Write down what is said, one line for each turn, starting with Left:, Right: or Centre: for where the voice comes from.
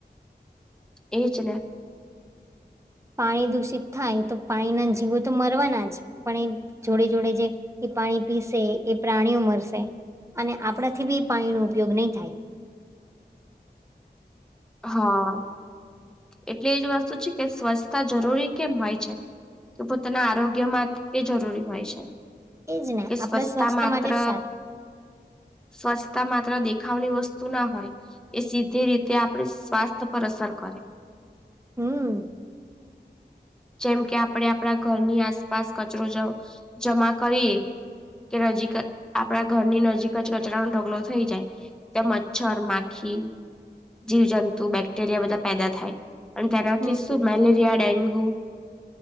Centre: એ જ ને
Right: પાણી દૂષિત થાય તો પાણીના જીવો તો મરવાના જ પણ, એ જોડે જોડે જે એ પાણી પીસે એ પ્રાણીઓ મરસે, અને આપણાથી બી પાણી ન ઉપયોગ નહીં થાય
Centre: હા એટલે એજ વસ્તુ છે કે સ્વચ્છતા જરૂરી કેમ હોય છે તો પોતાના આરોગ્યમાં તે જરૂરી હોય છે
Right: એજ ને
Centre: કે સ્વચ્છતા
Right: આપણા સ્વાસ્થ્ય
Centre: માત્ર
Right: માટે જ સારી
Centre: સ્વચ્છતા માત્ર દેખાવની વસ્તુ ના હોય એ સીધી રીતે આપડ સ્વાસ્થ પર અસર કરે
Right: હમ
Centre: જેમ કે આપડે આપણા ઘરની આસપાસ કચરો જમા કરીએ કે નજીક જ આપણા ઘરની નજીક જ કચરાનો ઢગલો થઈ જાય ત્યા મચ્છર માખી જીવજંતુ, બેક્ટેરિયા બધા પેદા થાય. અને તેનાથી
Right: હમ
Centre: શું મેલેરિયા, ડેન્ગુ